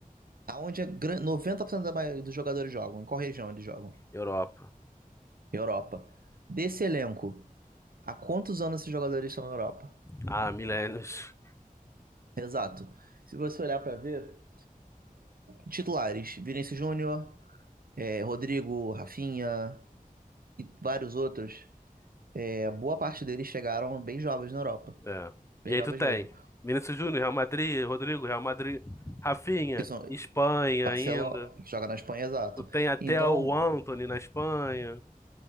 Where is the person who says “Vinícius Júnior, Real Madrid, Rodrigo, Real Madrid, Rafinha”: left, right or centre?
Left